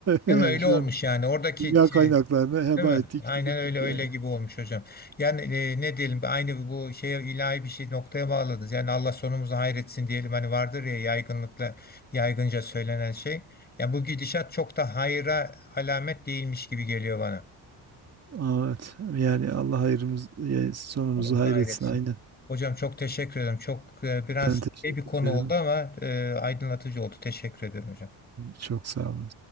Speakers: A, on the left; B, on the right.
A: Değil
B: yani
A: mi? Öyle
B: şu
A: olmuş
B: an
A: yani. Oradaki
B: dünya
A: şey,
B: kaynaklarını heba
A: Değil mi?
B: ettik
A: Aynen
B: gittik
A: öyle öyle
B: yani.
A: gibi olmuş hocam. Yani e, ne diyelim aynı bu şeye ilahi bir şey noktaya bağladınız. Yani Allah sonumuzu hayretsin diyelim hani vardır ya yaygınlıkla yaygınca söylenen şey. Yani bu gidişat çok da hayra alamet değilmiş gibi geliyor bana.
B: Aa, Evet. Yani Allah hayrımız, ya sonumuzu
A: Sonumuzu
B: hayretsin
A: hayretsin.
B: aynen.
A: Hocam çok teşekkür ederim. Çok e, biraz
B: Ben teşekkür
A: şey bir konu
B: ederim.
A: oldu ama e, aydınlatıcı oldu. Teşekkür ederim hocam.
B: Çok sağ olun.